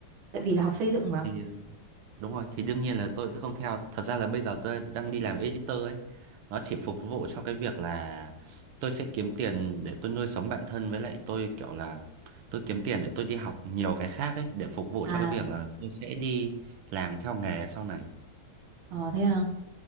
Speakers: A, on the right; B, on the right.
A: Tại vì là học xây dựng mà.
B: thì Đúng rồi, thì đương nhiên là tôi sẽ không theo. Thật ra là bây giờ tôi đang đi làm editor ấy. Nó chỉ phục vụ cho cái việc là tôi sẽ kiếm tiền để tôi nuôi sống bản thân với lại tôi kiểu là tôi kiếm tiền để tôi đi học nhiều cái khác ấy để phục vụ
A: À,
B: cho cái việc là tôi sẽ đi làm theo nghề sau này.
A: ờ, thế hả?